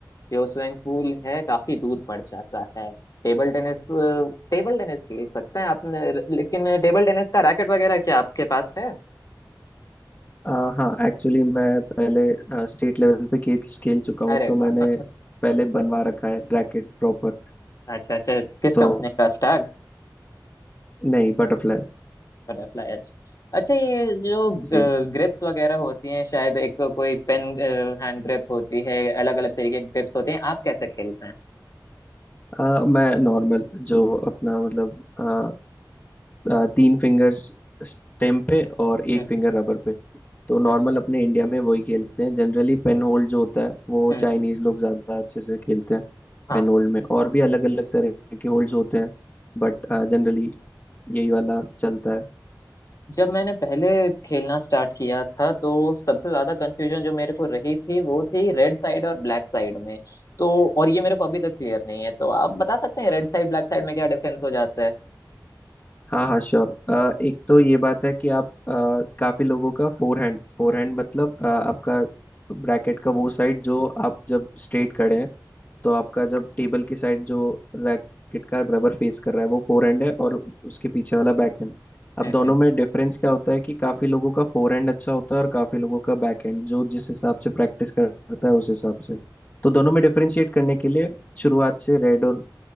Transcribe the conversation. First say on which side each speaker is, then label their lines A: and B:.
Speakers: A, on the left (about 50°); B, on the left (about 25°).
A: जो स्विमिंग पूल है काफी दूर पड़ जाता है टेबल टेनिस टेबल टेनिस खेल सकते हैं आपने लेकिन टेबल टेनिस का रैकेट वगैरह क्या आपके पास है
B: आ, हाँ एक्चुअली मैं पहले स्टेट लेवल पे खेल खेल चुका हूँ
A: अरे
B: तो
A: वाह
B: मैंने
A: <laughs>
B: पहले बनवा रखा है रैकेट प्रॉपर
A: अच्छा अच्छा किस
B: तो
A: कंपनी का स्टैग
B: नहीं बटरफ्लाई
A: बटरफ्लाई अच्छा अच्छा ये जो
B: जी
A: ग्रिप्स वगैरह होती हैं शायद एक को- कोई पेन हैंड ग्रिप होती है अलग अलग तरीके के ग्रिप्स होते हैं आप कैसे खेलते हैं
B: आ, मैं नॉर्मल जो अपना मतलब आ, आ, तीन फिंगर्स स्टेम पे और
A: हम्म
B: एक फिंगर
A: हम्म,
B: रबर पे तो नॉर्मल
A: अच्छा
B: अपने इंडिया में वही खेलते हैं जनरली पेन होल्ड जो होता है वो
A: हम्म हम्म
B: चाइनीज
A: हम्म,
B: लोग ज़्यादा अच्छे से खेलते हैं
A: हाँ
B: पेन होल्ड
A: हाँ हाँ।
B: में और भी अलग अलग तरह के होल्ड्स होते हैं बट जनरली यही वाला चलता है
A: जब मैंने पहले खेलना स्टार्ट किया था तो सबसे ज्यादा कंफ्यूजन जो मेरे को रही थी वो थी रेड साइड और ब्लैक साइड में तो और ये मेरे को अभी तक क्लियर नहीं है तो आप बता सकते हैं रेड साइड ब्लैक साइड में क्या डिफरेंस हो जाता है
B: हाँ हाँ श्योर एक तो ये बात है कि आप अ, काफी लोगों का फोर हैंड फोर हैंड मतलब अ, आपका ब्रैकेट का वो साइड जो आप जब स्ट्रेट खड़े हैं तो आपका जब टेबल की साइड जो रैकेट का रबर फेस कर रहा है वो फोर हैंड है और उसके पीछे वाला बैक हैंड अब
A: हम्म
B: दोनों
A: हम्म
B: में डिफरेंस क्या होता है कि काफी लोगों का फोर हैंड अच्छा होता है और काफी लोगों का बैक हैंड जो जिस हिसाब से प्रैक्टिस करता है उस हिसाब से तो दोनों में डिफरेंशिएट करने के लिए शुरुआत से रेड और